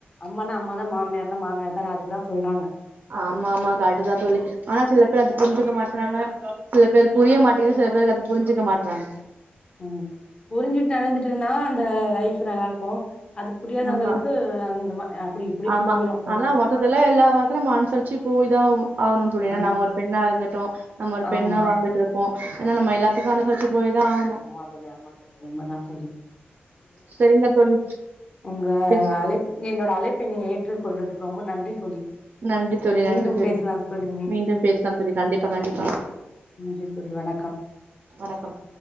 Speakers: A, on the left; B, on the right.
A: அம்மனா அம்மா தா மாமியார்னா மாமியார் தா அதுக்குதா சொல்றாங்க
B: ஆமா ஆமா கரட்டு தா தோழி ஆனா சில பேர் அத புரிஞ்சுக்க மாட்டுறாங்க சில பேர்புரிய மாட்டேங்குது சில பேரு அத புரிஞ்சிக்க மாட்றாங்க
A: ம் புரிஞ்சுட்டு நடந்துட்டுன அந்த லைஃப் நல்லா இருக்கு அது புரியாதவங்களுக்கு
B: ஆமா
A: அந்தம அப்டி இப்டின்னு
B: ஆமா
A: போயிரு லைஃப்
B: ஆனா மொத்தத்துல எல்லா ஓர்க்ல நம்ம அனுசரிச்சு போய் தான் ஆவ்னு ஆகணும்னு சொல்லி ஏன்னா
A: ஆமா
B: நம்ம ஒரு பெண்ணா இருந்துட்டோ நம்ம ஒரு
A: ஆமா
B: பெண்ணா வாழ்ந்துட்டு இருக்கோ ஏன்னா நம்ம எல்லா அனுசச்சி போய்தா ஆவ்னு
A: ஆமா தோழி ஆமா தோழி உண்மதா தோழி
B: சரிங்க தோழி
A: உங்க
B: பேச-
A: அழைப்பு என்னோட அழைப்ப நீ ஏற்றுக்கொள்றதுக்கு ரொம்ப நன்றி தோழி
B: நன்றி தோழி நன்றி
A: மீண்டும்
B: தோழி
A: பேசலாம் தோழி
B: மீண்டும் பேசலாம் தோழி கண்டிப்பா கண்டிப்பா
A: நன்றி தோழி வணக்கம்
B: வணக்கம்